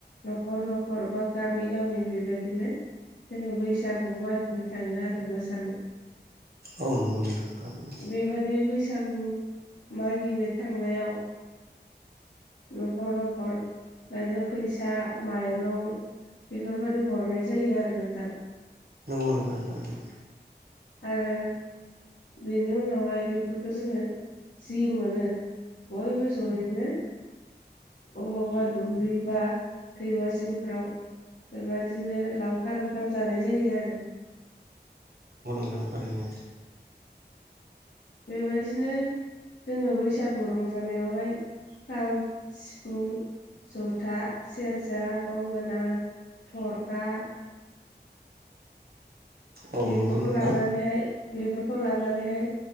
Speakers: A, on the left (about 85°); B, on the right (about 60°).
A: न'खर-न'खर बा गामि-गामि बेबादिनो जोङो बैसागु मागिनो थाङो आरो मोसानो
B: औ नंगौ नोंथां थारैनो।
A: बेबादि बैसागु मागिनो थांनायाव न'खर-न'खर बा इदिनो फैसा, माइरं बेफोरबादि हरनाय जायो आरो नोंथां।
B: नंगौ नोंथां थारैनो।
A: आरो बेनि उनावहाय बेफोरखौ जोङो जि मोनो बयबो जयैनो अबावबा दुब्लि बा दैमा जिंफ्राराव बेबादिनो लावखार ओंखाम जानाय जायो आरो।
B: ओं थारैनो।
A: बेबायदिनो जोङो बैसागु रंजानायावहाय खाम, सिफुं, जथा, सेरजा, गंगोना, थरखा
B: औ
A: बेफोरखौ
B: नंगौ नोंथां
A: लानानैहाय बेफोरखौ लानानैहाय